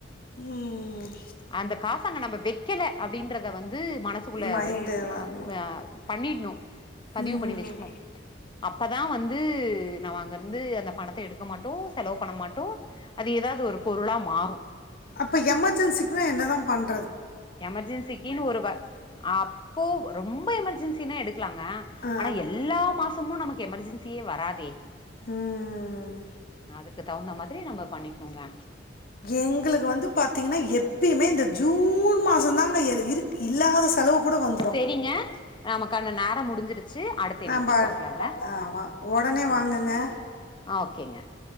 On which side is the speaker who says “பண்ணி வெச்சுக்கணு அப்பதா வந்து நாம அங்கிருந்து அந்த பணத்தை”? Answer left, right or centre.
Left